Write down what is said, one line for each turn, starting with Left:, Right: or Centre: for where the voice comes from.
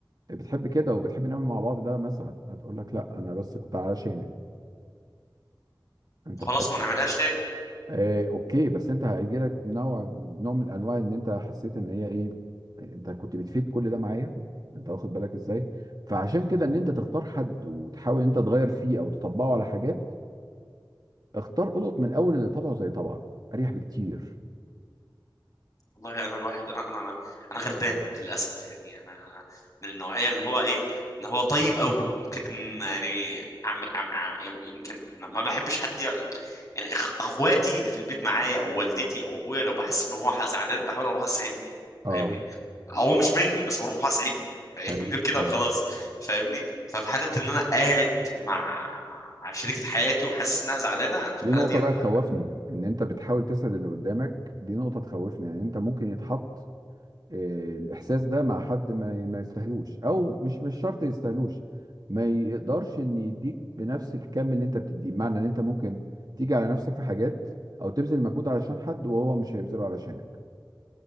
Right: بتحبي كده وبتحبي نعمل مع بعض ده مثلا هتقول لك لا انا بس كنت علشانك انت
Left: خلاص
Right: فاهم
Left: ما نعملهاش تاني
Right: آه، اوكي بس انت هيجيلك نوع نوع من انواع ان انت حسيت ان هي ايه انت كنت بتفيد كل ده معايا انت واخد بالك ازاي فعشان كده ان انت تختار حد وتحاول ان انت تغير فيه او تطبقه على حاجات اختار قلط من الاول اللي طبعه زي طبعك اريح بكتير
Left: والله انا الواحد انا انا انا انا غلبان للاسف يعني انا من النوعيه اللي هو ايه ان هو طيب قوي ممكن يعني عم عم عم يمكن أنا ما بحبش حد يع- يعني إخ- اخواتي اللي في البيت معايا او والدتي او ابويا لو بحس ان هو ح- زعلان بحاول اروح اسعده
Right: اه
Left: فاهمني هو مش مني بس بروح اسعده فاهمني
Right: ايوه
Left: كده
Right: ايوه
Left: وخلاص فاهمني ففي حاله ان انا قاعد مع مع مع شريكه حياتي وحاسس انها زعلانه انا في
Right: دي
Left: الحاله
Right: نقطة
Left: دي انا
Right: بقى تخوفني ان انت بتحاول تسعد اللي قدامك دي نقطة تخوفني يعني انت ممكن يتحط آه، الاحساس ده مع حد ما ما يستاهلوش او مش مش شرط يستاهلوش ما يقدرش ان يديك بنفس الكم اللي انت بتديه بمعنى ان انت ممكن تيجي على نفسك في حاجات او تبذل مجهود علشان حد وهو مش هيبذله علشانك